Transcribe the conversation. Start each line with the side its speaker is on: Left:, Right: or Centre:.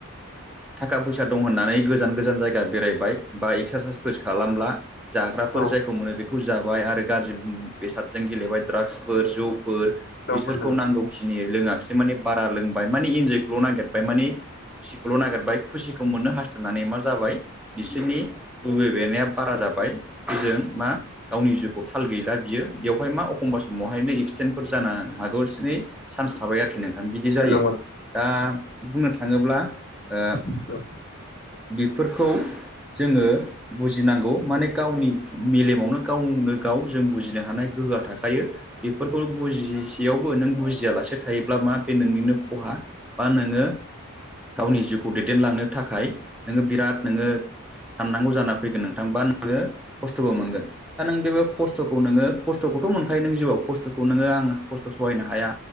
Centre: थाखा फैसा दं होननानै गोजान गोजान जायगा बेरायबाय बा इक्सासाइसफोर खालामब्ला जाग्राफोर
Left: नोंथां औ
Centre: जायखौ मोनो बेखौ जा बाय आरो गाज्रि बेसादजों गेलेबाय द्रागसफोर जौफोर
Left: नंगौ
Centre: बिसोरखौ
Left: नोंथां
Centre: नांगौ खिनि लोङाखिसै माने बारा लोंबाय माने इन्जयखौल नागिरबाय माने खुसिखौल नागिरबाय खुसिखौ मोननो हास्थायनानै मा जाबाय बिसोरनि लुबैनाया बारा जाबाय हजों मा गावनि जिउखौ थाल गैला बियो बेवहाय मा एखम्बा समावहायनो एक्सटेन्टफोर जानो हागौसै चान्स थाबाय आरोखि नोंथां बिदि जायो
Left: नंगौ
Centre: दा बुंनो थाङोब्ला ओ
Left: नंगौ
Centre: बेफोरखौ जोङो बुजिनांगौ माने गावनि मेलेमावनो गावनो गाव जों बुजिनो हानाय गोहोआ थाखायो बेफोरखौ बुजिसेयावबो नों बुजियालासे थायोब्ला मा बे नोंनिनो खहा बा नोङो गावनि जिउखौ दैदेनलांनो थाखाय नोङो बिराद नोङो साननांगौ जाना फैगोन नों थां बा नोङो खस्थबो मोनगोन दा नों बेबो खस्थ'खौ नोङो खस्थ'खौथ' मोनखायो नों जिउआव खस्थ'खौ नोङो आं खस्थ' सहायनो हाया